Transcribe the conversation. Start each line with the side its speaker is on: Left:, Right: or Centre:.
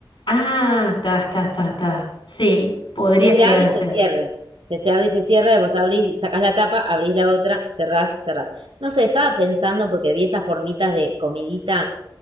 Left: Ah, está, está, está, está. Sí, podría
Right: que se
Left: llegar
Right: abre
Left: a
Right: y se
Left: ser.
Right: cierre, que se abre y se cierra, vos abrís, sacás la tapa, abrís la otra, cerrás, cerrás. No sé, estaba pensando porque vi esas formitas de comidita